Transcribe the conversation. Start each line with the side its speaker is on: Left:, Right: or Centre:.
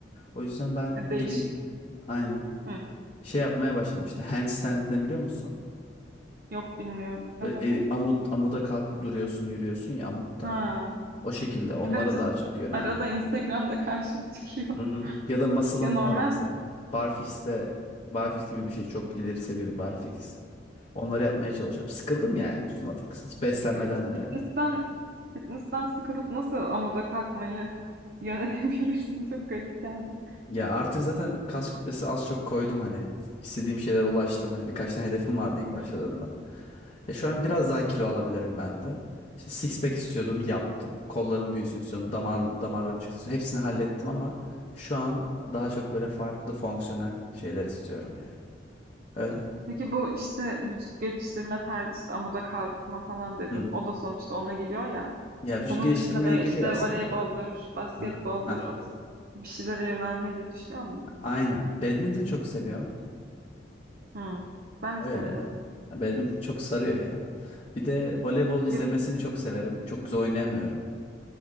Left: o yüzden ben
Right: E, Değişik.
Left: gideceğim aynen
Right: Hı.
Left: şey yapmaya başladım işte handstand ne biliyor musun
Right: Yok bilmiyorum. Ne
Left: Böyle,
Right: demek?
Left: e, amut, amuda kalkıp duruyorsun, yürüyorsun ya amutta.
Right: Ha.
Left: O şekilde onlara
Right: Evet
Left: daha çok yöneldim.
Right: arada Instagram'da karşıma çıkıyor.
Left: Hı-hı.
Right: <laughs>
Left: Ya da muscle
Right: Ya
Left: up
Right: normal
Left: var mesela. Barfix'te barfix gibi bir şey çok ileri seviye bir barfix. Onları yapmaya çalışıyorum. Sıkıldım yani uzun lafı kısası. Beslenmeden
Right: ya fitness'ten
Left: de.
Right: fitness'ten sıkılıp nasıl amuda kalkmayı yönelebilirsin? <laughs> Çok garip geldi.
Left: Ya artık zaten kas kütlesi az çok koydum hani. İstediğim şeylere ulaştım. Hani birkaç tane hedefim vardı ilk
Right: Hı hı.
Left: başladığımda. E şu an biraz daha kilo alabilirim ben de. İşte six pack istiyordum yaptım. Kollarım büyüsün istiyordum. Damar, damarlarım çıksın istiyordum. Hepsini hallettim ama şu an daha çok böyle farklı fonksiyonel şeyler istiyorum yani. Öyle.
Right: Peki bu işte vücut geliştirme tarzı işte amuda kalkma falan dedin.
Left: Hı.
Right: O da sonuçta ona giriyor ya.
Left: Ya vücut
Right: Onun
Left: geliştirmeye
Right: dışında böyle
Left: giriyor
Right: işte
Left: aslında
Right: voleyboldur,
Left: da.
Right: basketboldur,
Left: Ha, ha.
Right: o tip bir şeylere yönelmeyi de düşünüyor musun?
Left: Aynen. Badminton çok seviyorum.
Right: Hı. Ben
Left: Öyle.
Right: de severim.
Left: Ya Badminton çok sarıyor ya. Bir de voleybol izlemesini
Right: Ya,
Left: çok severim. Çok güzel oynayamıyorum.